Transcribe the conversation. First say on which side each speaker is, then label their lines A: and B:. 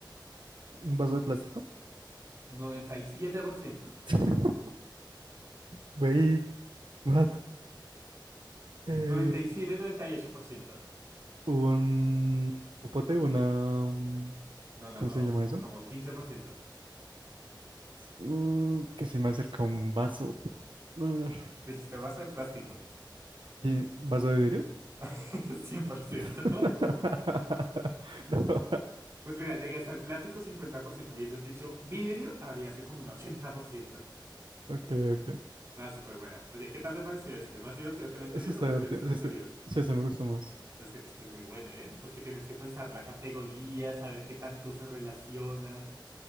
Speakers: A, on the right; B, on the right.
A: ¿Un vaso de plástico?
B: noventa noventa noventa y y y cinco por ciento.
A: <laughs> Güey, what? Eh,
B: noventa y siete por ciento ciento siete siete noventa y ocho por ciento
A: un popote, una... um,
B: No, no,
A: ¿Cómo
B: no,
A: se llama eso?
B: como quince por ciento
A: Mm, que se me acerca un vaso. A ver.
B: Dijiste vaso de plástico.
A: Sí, ¿vaso de vidrio?
B: <laughs> cien por ciento
A: <laughs> No. <laughs>
B: Pues mira, llegué hasta el plástico cincuenta por ciento Hubieses dicho vidrio, habría sido como un ochenta por ciento
A: Ok, ok.
B: Nada, súper buena. Oye, ¿qué tal te pareció este? ¿Más divertido que el anterior
A: Eso está
B: o prefieres
A: divertido.
B: el anterior?
A: Sí, sí, sí, ese me gustó más.
B: Es que, es que es muy bueno, ¿eh? Porque tienes que pensar la categoría, saber qué tanto se relaciona.